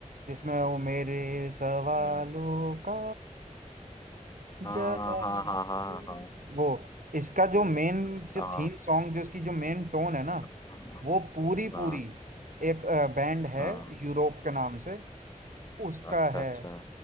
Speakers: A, on the right; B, on the left.
A: जिसमें वो मेरे सवालों
B: मुझे।
A: का जवाब
B: हाँ हाँ
A: दे।
B: हाँ हाँ हाँ
A: वो इसका
B: हम्म,
A: जो मेन जो
B: हाँ
A: थीम सॉन्ग जो इसकी जो मेन टोन है ना
B: हाँ
A: वो पूरी
B: हाँ
A: पूरी एक बैंड है
B: हाँ,
A: यूरोप के नाम से उसका
B: अच्छा
A: है
B: अच्छा